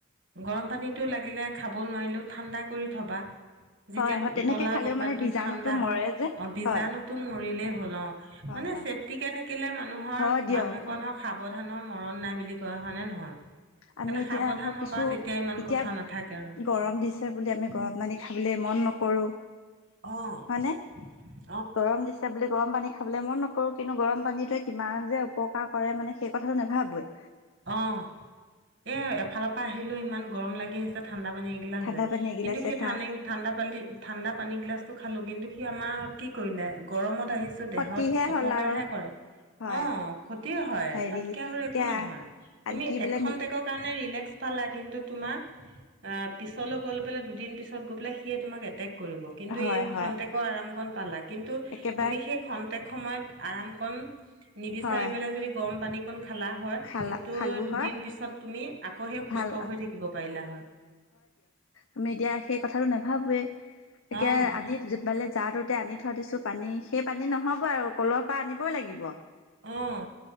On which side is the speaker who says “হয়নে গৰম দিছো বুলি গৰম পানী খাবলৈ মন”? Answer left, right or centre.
Left